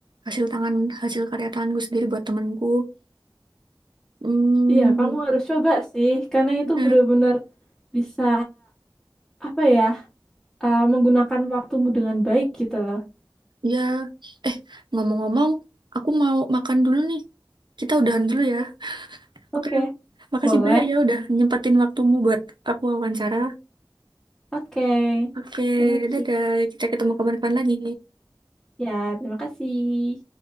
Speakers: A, on the right; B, in the centre.
A: hasil tangan hasil karya tanganku sendiri buat temanku. Hmm,
B: Iya, kamu harus coba sih, karena itu
A: bener.
B: bener-bener bisa apa ya, eh, menggunakan waktumu dengan baik gitu loh.
A: Ya, eh ngomong-ngomong, aku mau makan dulu nih. Kita udahan dulu ya.
B: Oke,
A: Oke, makasih
B: boleh.
A: banyak ya udah nyempetin waktumu buat aku wawancara.
B: Oke,
A: Oke,
B: Thank
A: dadah.
B: you.
A: Kita ketemu kapan-kapan lagi.
B: Ya, terima kasih.